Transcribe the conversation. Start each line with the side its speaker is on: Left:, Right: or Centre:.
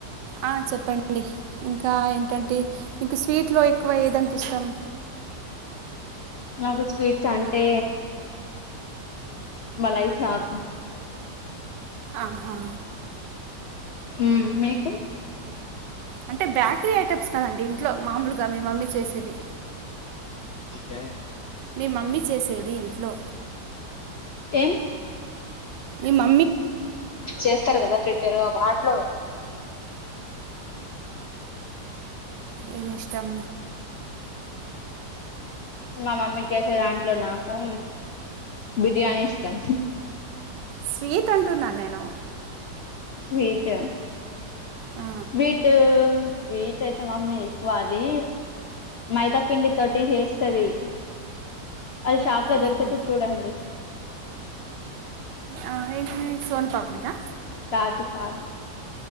Right: ఆ చెప్పండి ఇంకా ఏంటంటే మీకు స్వీట్ లో ఏ క్కువ ఏదంటే ఇష్టం
Left: నాకు స్వీట్స్ అంటే మలాయి సాప్
Right: అహా
Left: ఊమ్ మీకూ
Right: అంటే బేకరీ ఐటమ్స్ కాదండి ఇంట్లో మామూలుగా మీ మమ్మీ చేసేవి
Left: యాయ్
Right: మీ మమ్మీ చేసేది ఇంట్లో
Left: ఏమ్
Right: నిమ్మ
Left: చేస్తారు కదా ప్రిపేర్ వాటిలో
Right: ఏమి ఇష్టం
Left: మా మమ్మీ చేసే దాంట్లో నాకు బిర్యానీ ఇష్టం
Right: స్వీట్ అంటున్నా నేను
Left: స్వీట్
Right: ఆ,
Left: స్వీటూ స్వీట్ అయితే మమ్మీ ఎక్కువ అది మైదా పిండి తోటి చేస్తది అది షాప్ లో
Right: ఆహా.
Left: దొరుకుతది చూడండి
Right: ఆ ఏంటిది సోన్ పాపిడి నా
Left: కాదు కాదు